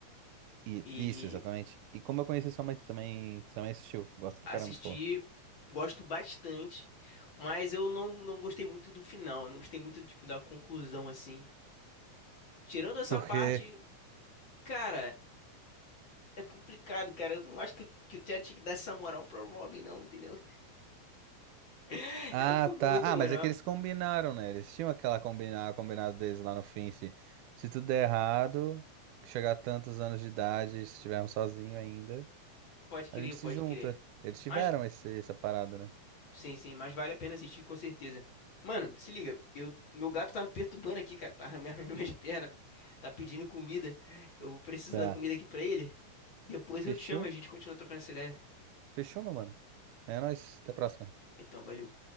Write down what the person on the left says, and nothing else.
E
assistir,
gosto bastante, mas eu não, não gostei muito do final. Eu não gostei muito, tipo, da conclusão, assim. Tirando essa
parte, cara. É complicado, cara. Eu não acho que, o- que o Chad tinha que dar essa moral pra Robin, não, entendeu? <laughs>
Ela ficou
com muita moral.
Pode crer,
pode
crer.
Mas,
sim, sim, mas vale a pena assistir com certeza. Mano, se liga, eu, meu gato tá me perturbando aqui, cara. Tá <laughs> amarrando minhas pernas, tá pedindo comida. Eu vou precisar
da comida aqui pra ele. Depois
eu te chamo e a gente continua trocando essa ideia.
Então, valeu.